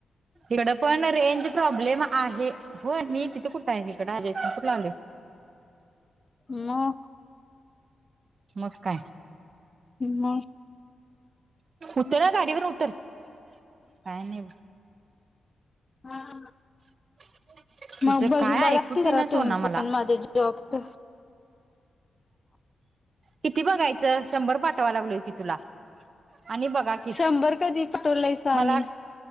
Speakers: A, on the right; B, on the left.
A: इवडेपणार रेंज प्रॉब्लेम आहे हो मी तिथे कुठे आहे इकड अजय स तू लावले
B: मग
A: मस् काय
B: मग
A: उतर ना गाडीवरून उतर काही नाही
B: हा ह
A: <inaudible>
B: मग बघ
A: काय
B: बघारा
A: ऐकूच येईना सोना
B: तुम्ही पण
A: मला
B: माझ्या जॉबच
A: किती बघायचं शंभर पाठवा लागलोय की तुला आणि बघा किच
B: शंभर कधी पाठवलायसा
A: मला
B: आणि